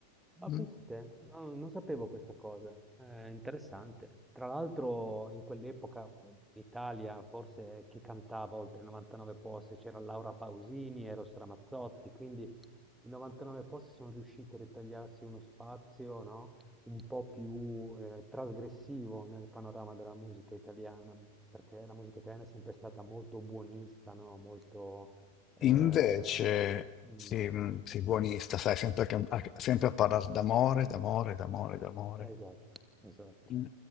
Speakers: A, in the centre; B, on the left (about 30°).
A: Ma
B: Mm.
A: pensa te, no, non sapevo questa cosa, è interessante. Tra l'altro in quell'epoca in Italia forse chi cantava oltre i 99 posti c'era Laura Pausini, Eros Ramazzotti, quindi i 99 posti sono riusciti a ritagliarsi uno spazio, no, un po' più eh, trasgressivo nel panorama della musica italiana, perché la musica italiana è sempre stata molto buonista, no, molto... eh,
B: Invece,
A: mm,
B: sì, mm, sì, buonista, sai, sempre, a, a- sempre a parlare d'amore, d'amore, d'amore, d'amore.
A: esatto, esatto.
B: Mm.